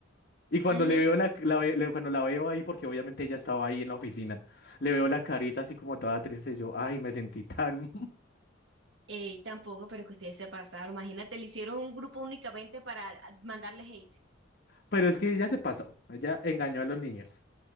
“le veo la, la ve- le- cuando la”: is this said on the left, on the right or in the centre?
Left